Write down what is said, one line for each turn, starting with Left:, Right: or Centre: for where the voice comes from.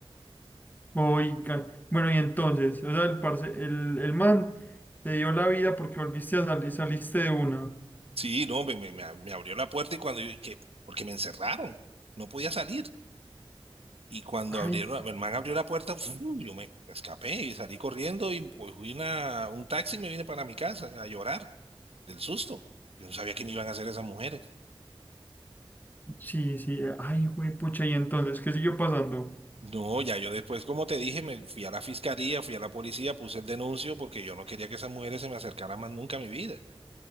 Left: oigan. Bueno, y entonces, o sea, el, parce, el, el man te dio la vida porque volviste a salir, saliste de una.
Right: Sí, no, me, me- me ab- me abrió la puerta y cuando yo, ¿y qué? Porque me encerraron, no podía salir. Y cuando
Left: Ay,
Right: abrieron, el man abrió la puerta, ¡fu! yo me escapé y salí corriendo y pues fui una, un taxi y me vine para mi casa a llorar del susto. Yo no sabía qué me iban a hacer esas mujeres.
Left: sí, sí, ay, güey, pucha, y entonces, ¿qué siguió pasando?
Right: No, ya yo después, como te dije, me fui a la fiscalía, fui a la policía, puse el denuncio porque yo no quería que esas mujeres se me acercaran más nunca a mi vida.